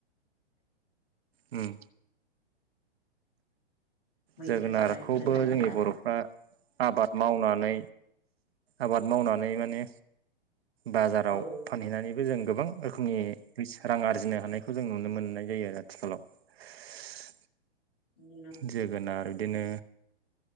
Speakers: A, on the right (about 65°); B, on the left (about 50°).
A: उम
B: मैद्रु
A: जोगोनारखौबो
B: जाबाय बेफोरो ना
A: जोंनि
B: लाया
A: बर'फ्रा आबाद मावनानै आबाद मावनानै माने बाजाराव
B: औ
A: फानहैनानैबो जों गोबां रोखोमनि फैसा रां आरजिनो हानायखौ जों नुनो मोननाय जायो आरो आथिखालाव <unintelligible>
B: नुनो
A: जोगोनाथ आरो बिदिनो